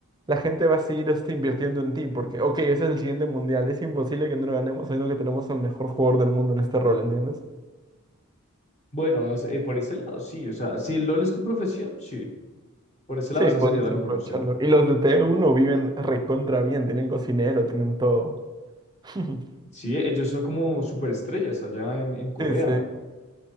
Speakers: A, on the right; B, on the left.
A: la gente va a seguir este, invirtiendo en ti, porque, ok, ese es el siguiente mundial, es imposible que no lo ganemos, sino que tenemos al mejor jugador del mundo en este rol, ¿entiendes?
B: bueno, es- eh, por ese lado, sí, o sea, si el LOL es tu profesión, sí, por ese
A: Sí,
B: lado esa
A: podrías
B: sería la mejor
A: aprovecharlo.
B: opción.
A: Y los de T1 viven recontra bien, tienen cocinero, tienen todo. <laughs>
B: Sí, ellos son como superestrellas allá en, en Corea,
A: Sí, sí.